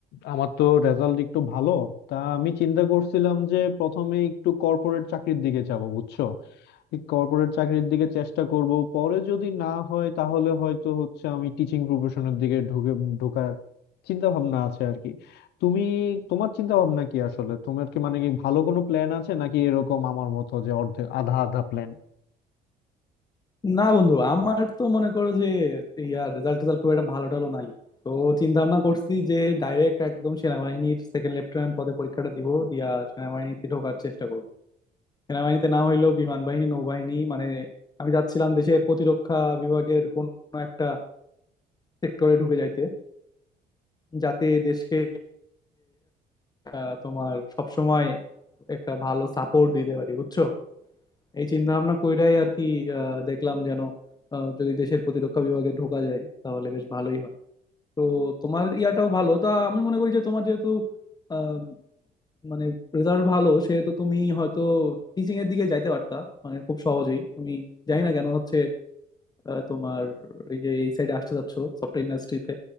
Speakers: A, on the left (about 80°); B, on the left (about 25°).
A: আমার তো রেজাল্ট একটু ভালো তা আমি চিন্তা করছিলাম যে প্রথমে একটু কর্পোরেট চাকরির দিকে যাব বুঝছো কর্পোরেট চাকরির দিকে চেষ্টা করব পরে যদি না হয় তাহলে হয়তো হচ্ছে আমি টিচিং প্রফেশনের দিকে ঢুকে ঢোকার চিন্তা ভাবনা আছে আর কি তুমি তোমার চিন্তা ভাবনা কি আসলে তোমার কি মানে কি ভালো কোনো প্ল্যান আছে নাকি এরকম আমার মতো যে অর্ধেক আধা আধা প্ল্যান
B: না বন্ধু আমার তো মনে করো যে ইয়ার রেজাল্ট টেজাল্ট খুব একটা ভালো টালো নাই তো চিন্তা ভাবনা করছি যে ডাইরেক্ট একদম সেনাবাহিনীর সেকেন্ড লেফটেন্যান্ট পদে পরীক্ষাটা দিব দিয়া সেনাবাহিনীতে ঢোকার চেষ্টা করব সেনাবাহিনীতে না হইলেও বিমান বাহিনী নৌবাহিনী মানে আমি যাচ্ছিলাম দেশের প্রতিরক্ষা বিভাগের কোন একটা সেক্টরে ঢুকে যাইতে যাতে দেশকে আহ, তোমার সবসময় একটা ভালো সাপোর্ট দিতে পারি বুঝছো এই চিন্তা ভাবনা কইরাই আর কি আহ, দেখলাম যেন আহ, যদি দেশের প্রতিরক্ষা বিভাগে ঢোকা যায় তাহলে বেশ ভালোই হয় তো তোমার ইয়াটাও ভালো তা আমি মনে করি যে তোমার যেহেতু আহ, মানে রেজাল্ট ভালো সেহেতু তুমি হয়তো টিচিং এর দিকে যাইতে পারতা মানে খুব সহজেই তুমি জানি না কেন হচ্ছে আহ, তোমার এই যে এই সাইডে আসতে যাচ্ছ সফটওয়্যার ইন্ডাস্ট্রিতে